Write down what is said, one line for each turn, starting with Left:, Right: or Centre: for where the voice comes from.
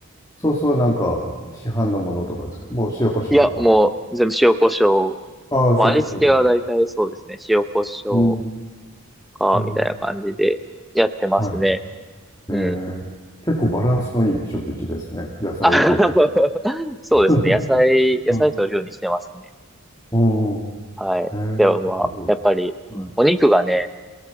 Left: ソースはなんか、市販のものとかですかもう塩コショウとか。
Centre: いや、もう全部塩コショウ。
Left: ああ、
Centre: まあ味付けは大体そうですね。
Left: 塩コショウで。
Centre: 塩コショウ
Left: うん。
Centre: か、
Left: うん。
Centre: みたいな感じでやってますね。
Left: はい。
Centre: うん。
Left: えー、結構バランスのいい食事ですね。野菜とって。
Centre: あ <laughs> そうですね。
Left: <laughs>
Centre: 野菜、野菜取るようにしてますね。
Left: うんお
Centre: はい。
Left: えー、
Centre: でもまあ、
Left: すごい。
Centre: やっぱり、
Left: はい。
Centre: うんお肉がね、